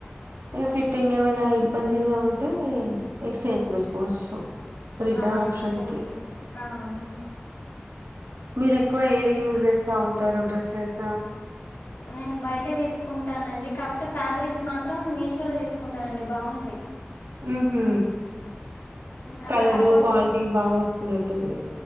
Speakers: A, on the right; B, on the left.
A: ఇగ ఫిట్టింగ్ ఏమైనా ఇబ్బందిగా ఉంటే ఎక్స్చేంజ్ పెట్టుకోవచ్చు. రిటర్న్
B: ఆ
A: ఆప్షన్
B: ఎక్స్చేంజ్
A: కి
B: ఆ అవును
A: మీరు ఎక్కువ ఏవి యూజ్ చేస్తా ఉంటారు. డ్రెస్సెస?
B: నేను బయటే తీసుకుంటానండి. కాపోతే ఫ్యాబ్రిక్స్ మాత్రం మీషోలో తీసుక్ కుంటానండి బాగుంటాయ్
A: మ్ హూ
B: అంటే
A: కలరు
B: తక్కువ
A: క్వాలిటీ
B: క-
A: బాగా వస్తున్నట్టుంది